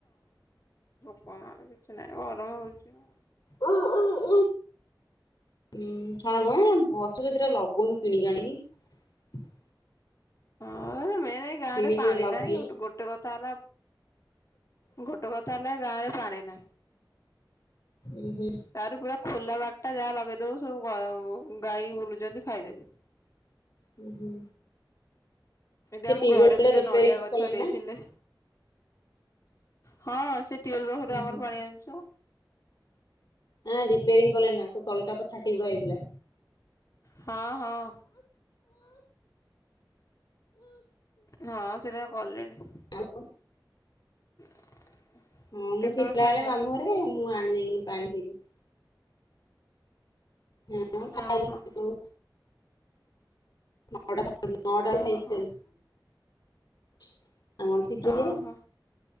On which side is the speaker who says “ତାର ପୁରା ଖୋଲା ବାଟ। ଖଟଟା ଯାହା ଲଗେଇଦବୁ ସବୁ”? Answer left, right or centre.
Left